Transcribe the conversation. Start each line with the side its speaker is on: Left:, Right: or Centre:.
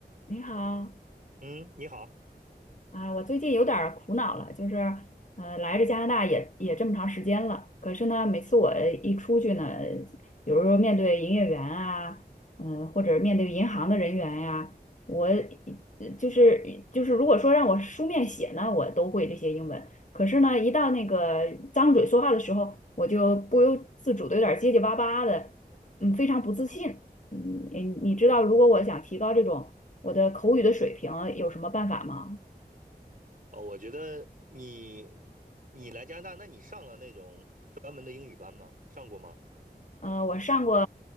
Left: 你好，
Right: 嗯，你好，
Left: 啊，我最近有点儿苦恼了，就是，呃，来这加拿大也也这么长时间了，可是呢，每次我一出去呢，有时候面对营业员啊，嗯、或者面对银行的人员呀、我呃就是就是，如果说让我书面写呢，我都会这些英文，可是呢，一到那个张嘴说话的时候，我就不由自主的有点儿结结巴巴的，嗯，非常不自信，嗯，你你知道，如果我想提高这种我的口语的水平，有什么办法吗？
Right: 哦，我觉得你你来加拿大，那你上了那种专门的英语班吗？上过吗？
Left: 呃，我上过